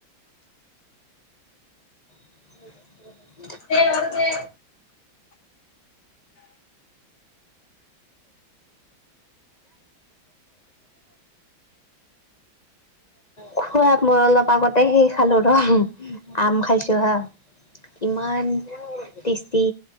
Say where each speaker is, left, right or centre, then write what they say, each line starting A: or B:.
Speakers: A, on the left (about 40°); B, on the left (about 65°).
A: <unintelligible>
B: দে হ'ল দে
A: খোৱা মই অলপ আগতে সেই খালো ৰ আম খাইছো হা ইমান টেষ্টি